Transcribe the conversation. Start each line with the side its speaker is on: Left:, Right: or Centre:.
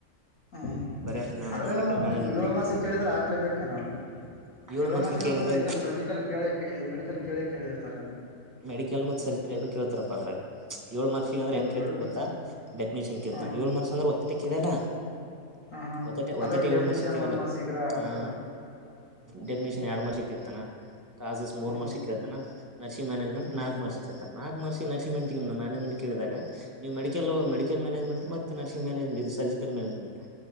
Left: ಹ
Right: ಬರೇ
Left: ಅಂದ್ರೆ
Right: ಮೆಡಿಕಲ್ ಮ್ಯಾನೇಜ್
Left: ಏಳು ಮಾರ್ಕ್ಸ್ಯಿಗ್ ಕೇಳಿದ್ರೆ ಹಾಕ್ಲೇ ಬೇಕೇನೋ ಅಲ್ಲ.
Right: ಏಳ್
Left: ಏಳು
Right: ಮಾರ್ಕ್ಸ್
Left: ಮಾರ್ಕ್ಸ್ಯಿಗ್
Right: ಕೇಳಿದಾಗ
Left: ಅಂದ್ರೆ ಮೆಡಿಕಲ್ ಸರ್ಜಿಕಲ್ ಕೇಳ ಇದು ಮೆಡಿಕಲ್ ಕೇಳ ಕೇಳಿರ್ತಾರೆನೊ.
Right: ಮೆಡಿಕಲ್ ಮತ್ ಸರ್ಚಕಲ್ ಎರಡು ಕೇಳ್ತಾರಪ್ಪ ಅದ್ರಾಗ. ಏಳು ಮಾರ್ಕ್ಸ್ಯಿಗ್ ಅಂದ್ರ
Left: ಹ
Right: ಹೆಂಗ್ ಕೇಳ್ತನ್
Left: ಎರಡಕ್ಕ
Right: ಗೊತ್ತ ಡೆಫಿನೇಷನ್ ಹೆಂಗ ಕೇಳ್ತಾನ
Left: ಹ
Right: ಏಳ್ ಮರ್ಸ ಅಂದ್ರ ಒತ್ತಟ್ಟ ಕೇಳಲ್ಲ.
Left: ಹ ಹ
Right: ಹೊತಟೆ ಒತ್ತಟೆ
Left: ಅಂದ್ರೆ ಒಂದ್
Right: ಏಳು
Left: ಡೆಫಿನೇಷನ್
Right: ಮಾರ್ಕ್ಸ್ಯಿಗ್ ಕೇಳಲ್ಲಾ
Left: ಒಂದ್ ಮಾರ್ಕ್ಸಿಗ ಆತರ
Right: ಹಾ.
Left: ಹ್ಮ್
Right: ಡೆಫಿನಿಷನ್ ಎಡ್ ಮಾರ್ಕ್ಸ್ಯಿಗ್ ಕೇಳ್ತಾನ. ಕಾಸಸ್ ಮೂರು ಮಾರ್ಕ್ಸ್ಯಿಗ್
Left: ಹ್ಮ್
Right: ಕ್ರಳ್ತನ ನರ್ಸಿಂಗ್ ಮ್ಯಾನೇಜ್ಮೆಂಟ್
Left: ಹ್ಮ್
Right: ನಾಲ್ಕು
Left: ಅಣ್ಣ
Right: ಮಾರ್ಕ್ಸ್ಯಿಗ್ ಕೇಳ್ತಾನ್ ನಾಲ್ಕ್ ಮಾರ್ಕ್ಸ್ಯಿಗ್ ನರ್ಸಿಂಗ್ ಮ್ಯಾನೇಜ್ಮೆಂಟ್. ಮಾನೇಜ್ಮೆಂಟ್ ಕೇಳಿದಾಗ ನೀವು ಮೆಡಿ ಕೆಲ್ ಮೆಡಿಕಲ್ ಮ್ಯಾನೇಜ್ಮೆಂಟ್ ಮತ್ತು ನರ್ಸಂಗ್ ಮ್ಯೇಜಂಟ್ ಸರ್ಜಿಕಲ್ ಮ್ಯಾನೇಜ್ಮೆಂಟ್